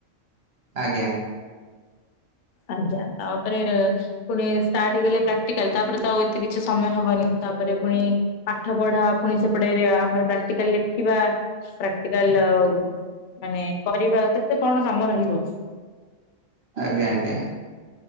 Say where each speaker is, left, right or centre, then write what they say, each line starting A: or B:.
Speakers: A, on the right (about 55°); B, on the left (about 55°).
A: ଆଜ୍ଞା।
B: ଆଜ୍ଞା ତାପରେ ପୁଣି ଷ୍ଟାର୍ଟ ହେଇଗଲେ ପ୍ରାକ୍ଟିକାଲ ତାପରେ ତ ଆଉ ଏତେ କିଛି ସମୟ ହବନି, ତାପରେ ପୁଣି ପାଠ ପଢା ପୁଣି ସେପଟେଇରେ ଆମର ପ୍ରାକ୍ଟିକାଲ ଲେଖିବା, ପ୍ରାକ୍ଟିକାଲ ମାନେ କରିବା କେତେ କଣ କାମ ରହିବ।
A: ଆଜ୍ଞା ଆଜ୍ଞା।